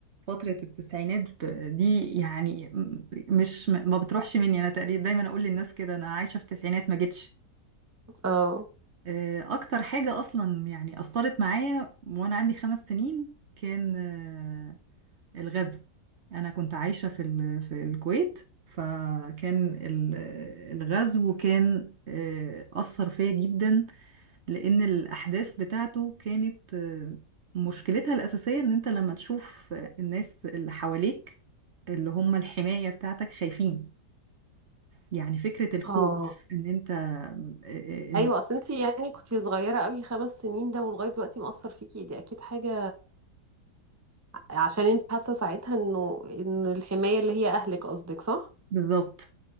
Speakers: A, on the right; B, on the right.
A: فتره التسعينات ب- دي يعني م- مش م- ما بتروحش مني انا تقريبا دايما اقول للناس كده انا عايشه في التسعينات ما جتش
B: اه
A: آه، اكتر حاجه اصلا يعني اثرت معايا وانا عندي خمس سنين كان آه، الغزو أنا كنت عايشة في ال... في الكويت فكان ال- الغزو كان آه، أثر فيا جدا لأن الأحداث بتاعته كانت آه، مشكلتها الأساسية إن أنت لما تشوف آه، الناس اللي حواليك اللي هم الحماية بتاعتك خايفين يعني فكرة الخوف
B: اه
A: إن أنت آه، آه، إن-
B: ايوه اصل انت يعني كنتي صغيره قوي خمس سنين ده ولغايه دلوقتي مأثر فيكي دي اكيد حاجه عشان انت حاسه ساعتها انه ان الحمايه اللي هي اهلك قصدك صح
A: بالظبط